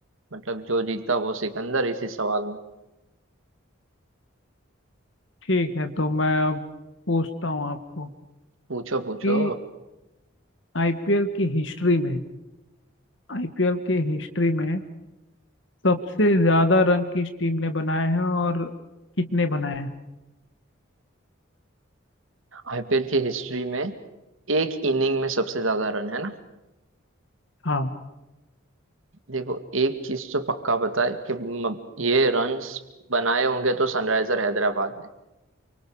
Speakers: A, on the right; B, on the left.
A: मतलब जो जीता वो सिकंदर इसी सवाल
B: ठीक है तो मैं अब पूछता हूँ आपको
A: पूछो पूछो
B: कि आईपीएल की हिस्ट्री में आईपीएल की हिस्ट्री में सबसे ज्यादा रन किस टीम ने बनाए हैं और कितने बनाए हैं
A: आईपीएल की हिस्ट्री में एक इनिंग में सबसे ज्यादा रन है ना
B: हाँ
A: देखो एक चीज तो पक्का पता है कि म- ये रन्स बनाए होंगे तो सनराइजर हैदराबाद ने